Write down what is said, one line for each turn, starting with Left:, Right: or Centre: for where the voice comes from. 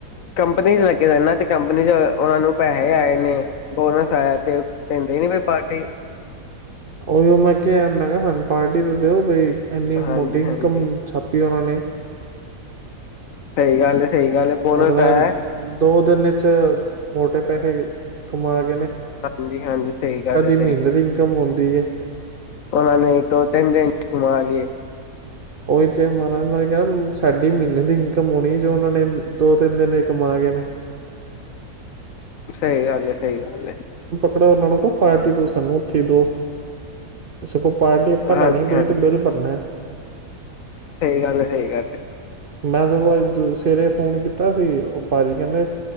Left: ਕੰਪਨੀ ਚ ਲੱਗੇ ਜਾਂਦਾ ਤੇ ਕੰਪਨੀ ਚ ਉਹਨਾ ਨੂੰ ਪੈਸੇ ਆਏ ਨੇ ਬੋਨਸ ਆਇਆ ਤੇ ਪੈਂਦੇ ਹੀ ਨੀ ਬਈ ਪਾਰਟੀ
Right: ਉਹੀ ਮੈਂ ਕਿਹਾ ਆ ਮੈਂ ਕਿਹਾ ਸਾਨੂੰ ਪਾਰਟੀ ਤੇ ਦਿਓ ਬਈ ਇੰਨੀ
Left: ਹਾਂਜੀ-ਹਾਂਜੀ
Right: ਮੋਟੀ ਇਨਕਮ ਛਾਪੀ ਉਹਨਾਂ ਨੇ
Left: ਸਹੀ ਗੱਲ ਸਹੀ ਗੱਲ ਏ ਬੋਨਸ
Right: ਅਗਲਾ
Left: ਆਇਆ
Right: ਦੋ ਦਿਨ ਚ ਮੋਟੇ ਪੈਸੇ ਕਮਾ ਕੇ
Left: ਹਾਂਜੀ ਹਾਂਜੀ ਸਹੀ ਗੱਲ ਹੈ
Right: ਮਹੀਨੇ
Left: ਸਹੀ ਗੱਲ
Right: ਦੀ ਇਨਕਮ ਹੁੰਦੀ ਹੈ
Left: ਉਹਨਾਂ ਨੇ ਦੋ ਤਿੰਨ ਦਿਨ ਮਾਲਏ
Right: ਓ ਤੇ ਮ ਮ ਸਾਡੀ ਮਹੀਨੇ ਦੀ ਇਨਕਮ ਹੋਣੀ ਜੋ ਉਹਨਾਂ ਨੇ ਦੋ ਤਿੰਨ ਦਿਨ ਕਮਾ ਗਏ ਨੇ।
Left: ਸਹੀ ਹਾਲ। ਸਹੀ ਗੱਲ।
Right: ੜਾ ਉਹਨਾਂ ਨੂੰ ਕਹੋ ਪਾਰਟੀ ਤੋਂ ਸਾਨੂੰ ਉੱਥੇ ਦੋ ਸਗੋਂ ਪਾਰਟੀ ਆਪਾਂ
Left: ਹਾਂਜੀ-ਹਾਂਜੀ
Right: ਲੈਣੀ ਤੁਸੀ ਤੇ ਬਿੱਲ ਭਰਨਾ
Left: ਸਹੀ ਗੱਲ ਹੈ ਸਹੀ ਗੱਲ।
Right: ਮੈਂ ਸਗੋਂ ਅੱਜ ਸਵੇਰੇ ਫੋਨ ਕੀਤਾ ਸੀ ਉਹ ਭਾਜੀ ਕਹਿੰਦੇ